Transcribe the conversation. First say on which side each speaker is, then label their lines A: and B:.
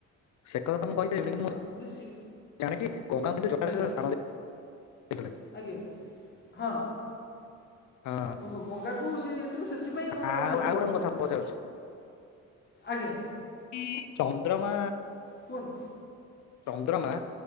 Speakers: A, on the left (about 70°); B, on the left (about 35°).
A: ସେ କଥା ତ ମୁଁ କହିପାରିବିନି? କି
B: ହଁ
A: ମୁ
B: ଯେ ଶି
A: <unintelligible>
B: ଆଜ୍ଞା ଆଜ୍ଞା ହଁ।
A: ହଁ
B: ଓହୋ ଗଙ୍ଗା କୁ ସେ ହେଇଥିଲେ ସେଥିପାଇଁ ଗଙ୍ଗା
A: ଆଉ
B: ଥାଏ ତାଙ୍କ
A: ଆଉ ଗୋଟେ
B: ମୁଣ୍ଡ
A: ମୁଁ କଥା
B: ଉପରେ।
A: ପଚାରୁଛି
B: ଆଜ୍ଞା।
A: କି ଚନ୍ଦ୍ରମା,
B: କୁହନ୍ତୁ
A: ଚନ୍ଦ୍ରମା